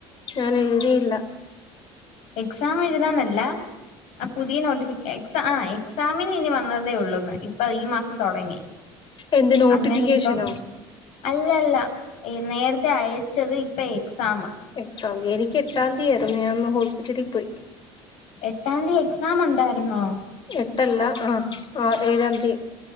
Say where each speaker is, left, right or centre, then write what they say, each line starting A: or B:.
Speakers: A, on the left (about 40°); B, on the left (about 70°).
A: ഞാന് എഴുതി ഇല്ല
B: എക്സാം എഴുതാനല്ല ആഹ് പുതിയ നോട്ടി എക്സ ആഹ് എക്സാമിനി ഇനി വന്നതേ ഉള്ളൂന്ന് ഇപ്പൊ ഈ മാസം തൊടങ്ങി
A: എന്ത് നോട്ടിഫിക്കേഷനോ
B: അങ്ങനെ ഇപ്പം അല്ല അല്ല ഈ നേരത്തെ അയച്ചത് ഇപ്പൊ എക്സാമ്
A: എക്സാം എനിക്ക് എട്ടാം തീയതിയായിരുന്നു ഞാൻ അന്ന് ഹോസ്പിറ്റലിൽ പോയി
B: എട്ടാം തീയതി എക്സാം ഉണ്ടായിരുന്നോ?
A: എട്ടല്ല ആഹ് ആഹ് ഏഴാം തീയതി